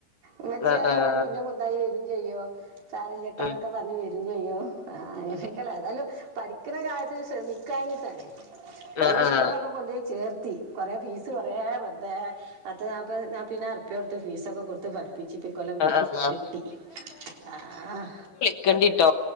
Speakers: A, on the right; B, on the left.
A: ഉമ്മച്ച്യ
B: ആഹ് ആഹ്
A: പറഞ്ഞോണ്ട് പിന്നെ മ എന്തായി വരും ചെയ്യും സാരല്ല്യട്ടോന്നൊക്കെ
B: ഉം
A: പറഞ്ഞ് വരും ചെയ്യും ആഹ് അങ്ങനെക്കെള്ള എതായാലും പഠിക്കണ കാര്യത്തില് ശ്രമിക്കാഞ്ഞിട്ടാണേ വല്ല്യ
B: ആഹ് ആഹ്
A: സ്കൂളിലൊക്കെ കൊണ്ടോയി ചേർ ത്തി കൊറെ ഫീസ് കൊറേ വെറുതെ പത്ത് നാപ്പത് നാപ്പതിനായിരം റുപ്പ്യ കൊടുത്ത് ഫീസ് ഒക്കെ കൊടുത്ത് പഠി പിച്ചിപ്പികൊല്ലം
B: ആഹ് ആഹ്
A: വെട്ടി ആഹ്
B: ക്കണ്ടിട്ടോ